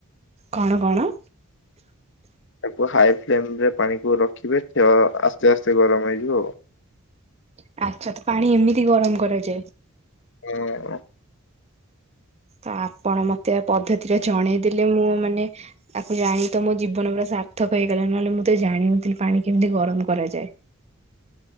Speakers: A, on the right (about 30°); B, on the left (about 60°).
A: କଣ କଣ?
B: ତାକୁ ହାଇ ଫ୍ଲେମ୍ ରେ ପାଣିକୁ ରଖିବେ ହେୟ ଆସ୍ତେ ଆସ୍ତେ ଗରମ ହେଇଯିବ ଆଉ।
A: ଆଚ୍ଛା ଆଚ୍ଛା ପାଣି ଏମିତି ଗରମ୍ କରାଯାଏ।
B: ହଁ।
A: ତ ଆପଣ ମତେ ପଦ୍ଧତି ଟା ଜଣେଇ ଦେଲେ ମୁଁ ମାନେ। ତାକୁ ଜାଣିକି ତ ମୋ ଜୀବନ ପୁରା ସାର୍ଥକ ହେଇଗଲା ନହେଲେ ମୁଁ ତ ଜାଣିନଥିଲି ପାଣି କେମତି ଗରମ କରାଯାଏ।